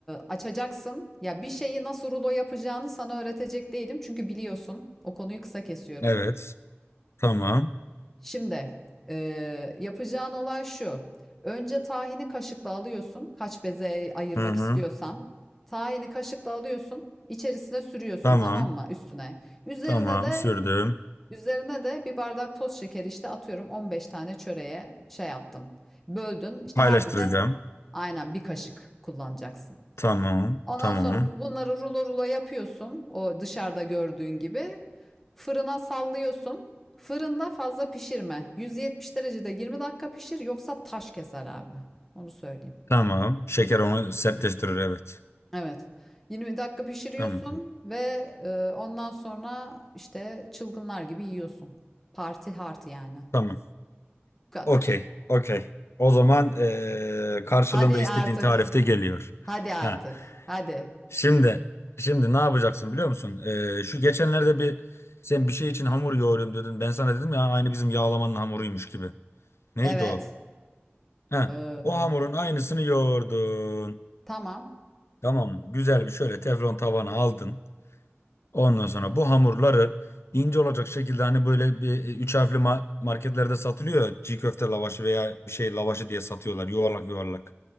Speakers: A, in the centre; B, on the left.
A: açacaksın. Ya bir şeyi nasıl rulo yapacağını sana öğretecek değilim. Çünkü biliyorsun. O konuyu kısa kesiyorum.
B: evet tamam
A: Şimdi eee, yapacağın olay şu. Önce tahini kaşıkla alıyorsun. Kaç beze ayırmak
B: hı hı
A: istiyorsan. Tahini kaşıkla alıyorsun. içerisine sürüyorsun
B: tamam
A: tamam mı? Üstüne. Üzerine
B: tamam
A: de
B: sürdüm
A: üzerine de bir bardak toz şekeri işte atıyorum 15 tane çöreğe şey yaptın. Böldün. İşte
B: paylaştıracağım
A: her birine aynen bir kaşık kullanacaksın.
B: tamam
A: Ondan
B: tamam
A: sonra bunları rulo rulo yapıyorsun. O dışarıda gördüğün gibi. Fırına sallıyorsun. Fırında fazla pişirme. 170 derecede 20 dakika pişir yoksa taş keser abi. Onu söyleyeyim.
B: tamam şeker onu sertleştirir evet
A: Evet. 20 dakika pişiriyorsun
B: tamam
A: ve e, ondan sonra işte çılgınlar gibi yiyorsun. Parti hard yani.
B: tamam
A: Bu kadar.
B: okey okey o zaman eee, karşılığında
A: Hadi
B: istediğin
A: artık.
B: tarifte geliyor.
A: Hadi artık.
B: Ha.
A: Hadi.
B: Şimdi şimdi ne yapacaksın biliyor musun? Ee, şu geçenlerde bir sen bir şey için hamur yoğuruyorum dedin. Ben sana dedim ya aynı bizim yağlamanın hamuruymuş gibi. Neydi
A: Evet.
B: o? He,
A: Ee,
B: o hamurun aynısını yoğurdun.
A: tamam.
B: Tamam mı? Güzel bir şöyle teflon tavana aldın. Ondan sonra bu hamurları ince olacak şekilde hani böyle bir e, üç harfli ma- marketlerde satılıyor ya, çiğ köfte lavaşı veya bir şey lavaşı diye satıyorlar yuvarlak yuvarlak.